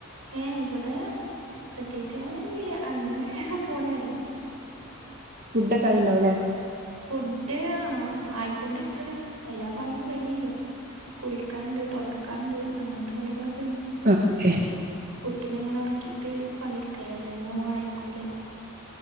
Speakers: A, on the right; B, on the right.
A: ഏ അവിടെ പ്രത്യേകിച്ച് അങ്ങനെൊന്നുംല്ല അങ്ങനെ പോണ അറിയാം
B: ഫുഡ ഒ ക ആയി ഉണ്ടാവല്ലേ
A: ഫുഡ് ആ ആയിക്കൊണ്ടിരിക്കണ് എല്ലാ പണിയൊന്നും കഴിഞ്ഞില്ല കുളിക്കാണ്ട് തുടക്കാണ്ട് അങ്ങനത്തെ പണികളൊക്കെ
B: ക്കേ
A: കുട്ടിന ഇങ്ങനെ ഒർക്കിയിട്ട് പണിടുക്കലല്ലാ ഞാൻ അയക്കൂല